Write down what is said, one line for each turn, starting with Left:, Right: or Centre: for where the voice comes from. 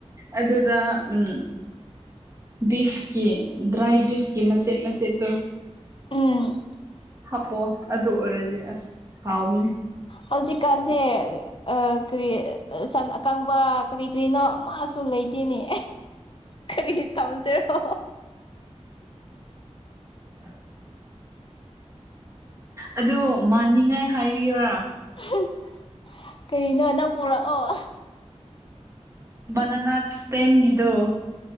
Right: ꯑꯗꯨꯗ ꯎꯝ ꯕꯤꯐꯀꯤ ꯗ꯭ꯔꯥꯏ ꯕꯤꯐ ꯀꯤ ꯃꯆ‌ꯦꯠ ꯃꯆꯦꯠꯇ‌ꯣ
Left: ꯎꯝ
Right: ꯍꯥꯞꯄꯑꯣ ꯑꯗꯨ ꯑꯣꯏꯔꯗꯤ ꯑꯁ ꯍꯥꯎꯕꯅꯤ
Left: ꯍꯧꯖꯤꯛꯀꯥꯟꯁꯦ ꯑ ꯀꯔꯤ ꯁꯟ ꯑꯀꯪꯕ ꯀ꯭ꯔꯤ ꯀ꯭ꯔꯤꯅꯣ ꯑꯃꯁꯨ ꯂꯩꯇꯦꯅꯦ ꯀꯔꯤ ꯇꯝꯁꯤꯔꯣ
Right: <unintelligible> ꯑꯗꯨ ꯃꯅꯤꯡꯉꯥꯏ ꯍꯥꯏꯕꯤꯌ‌ꯣꯔꯥ
Left: <unintelligible> ꯀꯔꯤꯅꯣ ꯅꯪ ꯄꯨꯔꯛꯑꯣ
Right: ꯕꯅꯥꯅꯥ ꯏꯁꯇ‌ꯦꯝꯒꯤꯗ‌ꯣ